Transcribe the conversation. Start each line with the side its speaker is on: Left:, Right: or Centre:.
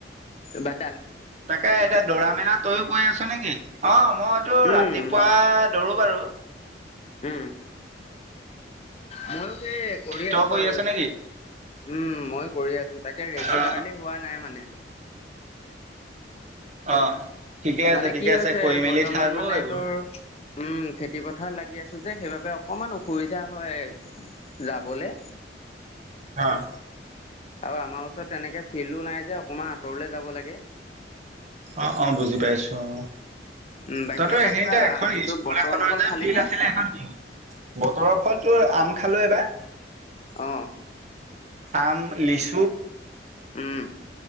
Left: বাকী।
Right: তাকে এতিয়া দৌৰা মেলা তয়ো কৰি আছ নে কি, অ' মইতোৰ
Left: উম
Right: ৰাতিপুৱা
Left: মই
Right: দৌৰো বাৰু।
Left: উম, ময়ো সেই কৰি
Right: তই
Left: আছো আৰু
Right: আছ
Left: উম,
Right: নেকি
Left: মই কৰি আছো। তাকে ৰেগুলাৰলি
Right: অ
Left: হোৱা নাই মানে।
Right: অ' ঠিকে আছে
Left: মানে
Right: ঠিকে
Left: কি হৈছে
Right: আছে কৰি মেলি
Left: বৰ্তমান
Right: থাক
Left: মানে
Right: অ এইবোৰ
Left: তোৰ। উম, খেতি পথাৰত লাগি আছো যে সেইবাবে অকমান অসুবিধা। হয়, যাবলে।
Right: অ'।
Left: আৰু আমাৰ ওচৰত তেনেকে ফিল্ডো নাই যে, অকমান আঁতৰলে যাব লাগে।
Right: অ' অ' বুজি পাইছো অ'
Left: উম বাকী
Right: তই ত
Left: এইবাৰ
Right: এইখিনিতে
Left: কিবা
Right: এখন
Left: তোৰ
Right: স্কুল
Left: বতৰৰ
Right: এখনৰ
Left: ফল
Right: যে
Left: খালি
Right: ফিল্ড
Left: নে?
Right: আছিলে এখন কি বতৰৰ হয়তো আম খালো এবাৰ।
Left: অ'।
Right: আম, লিচ
Left: উম।